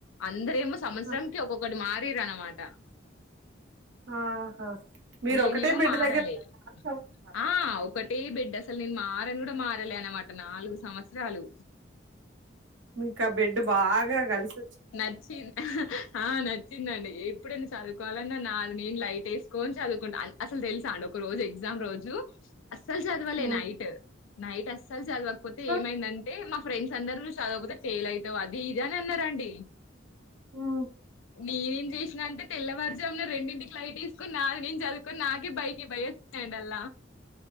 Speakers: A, on the left; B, on the right.
A: అందరేమో సంవత్సరంకి
B: ఆ!
A: ఒక్కొక్కటి మారిర్ అనమాట
B: ఆహా మీరొకటే
A: నేనేమో
B: బెడ్
A: మారలే
B: దగ్గర సంవత్సరాలు.
A: ఆ ఒకటే బెడ్ అ అసల్ నేన్ మారన్ గూడా మారాలే అనమాట నాల్గు సంవత్సరలు
B: ఇంకా బెడ్ బాగా గల్స్
A: నచ్చిన్ ఆ నచ్ చిందండి ఎప్పుడైనా చదువుకోవాలన్నా నాది నేన్ లైట్ ఎస్కొన్ చదుకూంట అసల్ తెల్స అండి ఒక రోజ్ ఎగ్జామ్ మ్ రోజు అస్సల్ చద్వలే
B: హ్మ్.
A: నైట్ నైట్ అస్సల్ చదవక్పోతే
B: ఇంకా?
A: ఏమైందంటే మా హ ఫ్రెండ్స్ అందరూ చదక్వోతే ఫెయిల్ ఐతావ్ అది ఇది అన్ అన్నరండి
B: హ్మ్.
A: నేనేం చేస్తా అంటే తెల్లవార్జామున రెండింటికి లైట్ ఎస్కొన్ నాది నేన్ చదుకొన్ నాకే బైకి బై ఓచ్చాయండ్ అల్ల